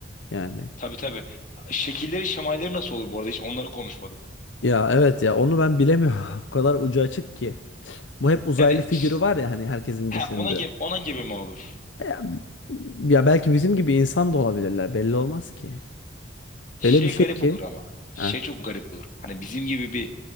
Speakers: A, on the left (about 75°); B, on the left (about 45°).
A: yani.
B: Tabii tabii. Şekilleri, şemalleri nasıl olur bu arada? Hiç onları konuşmadık.
A: Ya evet ya onu ben bilemiyorum. <laughs> O kadar ucu açık ki. Bu hep uzaylı
B: Yani
A: figürü
B: ş-
A: var ya hani herkesin
B: he,
A: düşündüğü.
B: ona gibi, ona gibi mi olur?
A: Ya, ya belki bizim gibi insan da olabilirler belli olmaz ki.
B: Şey
A: Öyle bir şey
B: garip
A: ki.
B: olur ama. Şey
A: Heh.
B: çok garip olur. Hani bizim gibi bir